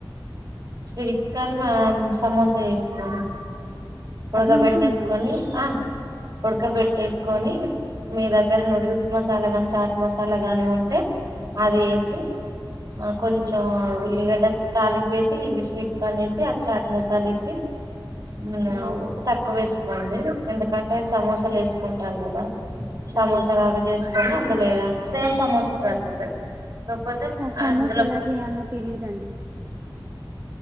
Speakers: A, on the right; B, on the right.
A: స్వీట్ కార్న్ మేమ్ సమోసా చేసుకో ఉుడకబెట్టే‌సుకోని
B: అట్లా ఉంటుందా
A: ఆ ఉుడకబెట్టేసుక కోని మీ దగ్గర
B: ఉమ్
A: నూడిల్స్ మసాలా గాని చాట్ మసాలా గాని ఉంటే అది
B: ఉమ్
A: ఏసి ఆ కొంచెం
B: ఉమ్
A: ఉల్లిగడ్డ తాలింపు వేసి ఇవి స్వీట్ కార్న్ వేసి అది చాట్ మసాల వేసి ఆ
B: ఉమ్
A: ఉప్పు తక్కువ వేస కోండి ఎందుకంటే సమోస వేసుకుంటాం కదా సమోస
B: ఆ
A: లాగా చేసుకొని అందులో సేమ్ సమోసా స కాకపోతే
B: నాకు సమోసా
A: అందులో
B: ఎలా చేయాలనో తెలీదండి